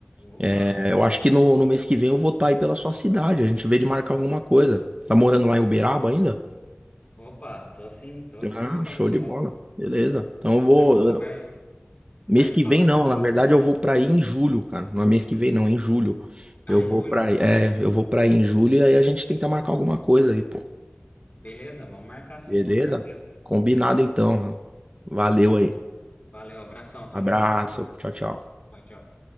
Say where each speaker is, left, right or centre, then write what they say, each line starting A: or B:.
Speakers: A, on the left; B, on the right.
A: Opa,
B: É, eu acho que no, no mês que vem eu vou estar aí pela sua cidade. A gente vê de marcar alguma coisa. Tá morando lá em Uberaba ainda?
A: opa, tô assim, tô firme
B: Ah,
A: e forte
B: show de
A: lá.
B: bola. Beleza. Então eu vou.
A: A gente vai,
B: Mês
A: vai se
B: que
A: falando
B: vem não,
A: e combinando.
B: na verdade eu vou pra aí em julho, cara. Não é mês que vem não, é em julho.
A: Ah,
B: Eu vou
A: Júlio,
B: pra aí,
A: top.
B: é, eu vou pra aí em julho e aí a gente tenta marcar alguma coisa aí, pô.
A: Beleza, vamos marcar sim,
B: Beleza?
A: com certeza.
B: Combinado então. Valeu aí.
A: Valeu, abração, tudo
B: Abraço.
A: de bom, viu?
B: Tchau, tchau.
A: Tchau, tchau.